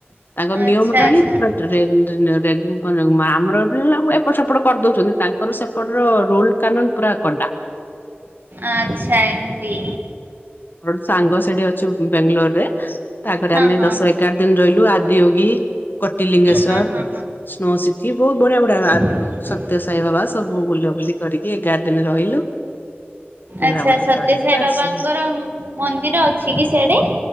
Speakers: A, on the left (about 55°); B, on the right (about 55°).
A: ତାଙ୍କର
B: ଆଚ୍ଛା
A: ନିୟମଟା
B: ଆଚ୍ଛା
A: ହେଇ <unintelligible> ଆମର ପ। ଏପଟ ସେପଟ କରିଦଉଛନ୍ତି ତାଙ୍କର ସେପଟ ରୋଲ କାନୁନ ପୁରା କଡା।
B: ଆଚ୍ଛା ଏମିତି।
A: ମରୋ ସାଙ୍ଗ ସେଠି ଅଛି ବେଙ୍ଗାଲୋର ରେ ତାପରେ
B: ହଁ
A: ଆମେ
B: ହଁ
A: ଦଶ
B: ହଁ
A: ଏଗାର। ଦିନ ରହିଲୁ ଆଦିଓୋଗୀ କଟଲିିଙ୍ଗେଶ୍ଵର
B: ହଁ ହଁ
A: ସ୍ନୋ। ଟିଏ ବହୁତ ବଢିଆ ବଢିଆ ଆ
B: ହଁ
A: ସତ୍ୟ ସାାଇ ବାବା ସବୁ ବୁଲାବୁଲି କରିକି ଏଗାର ଦିନ ରହିଲୁ। ବୁଲାବୁଲି
B: ଆଚ୍ଛା ସତ୍ୟସାଇ
A: କରିକି
B: ବାବାଙ୍କର
A: ଆସିଲୁ।
B: ମନ୍ଦିର ଅଛି କି ସେଠି।